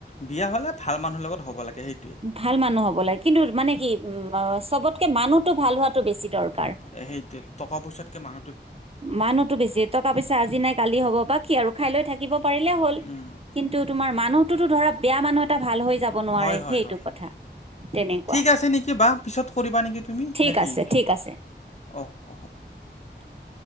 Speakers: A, on the left (about 40°); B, on the right (about 35°).
A: বিয়া হ'লে ভাল মানুহৰ লগত হ'ব লাগে, সেই
B: ভাল মানুহ হ'ব লাগে, কিন্তু মানে কি উম' অ, চবতকে মানুহতো ভাল হোৱাতো বেছি দৰকাৰ।
A: এ সেইটো টকা পইচাতকে মাহ
B: মানুহতো বেছি, টকা-পইচা আজি নাই, কালি হ'ব। বা কি আৰু? খাই লৈ থাকিব পাৰিলে হ'ল।
A: উম।
B: কিন্তু তোমাৰ মানুহতোতো ধৰা বেয়া মানুহ এটা ভাল হৈ যাব নোৱাৰে,
A: হয় হয়
B: সেইটো
A: হয় হয়।
B: কথা। তেনেকুৱা
A: ঠিক আছে নেকি বা, পিছত কৰিবা নেকি তুমি
B: ঠিক
A: নে কি?
B: আছে ঠিক <inaudible>
A: অহ অহ হ'ব।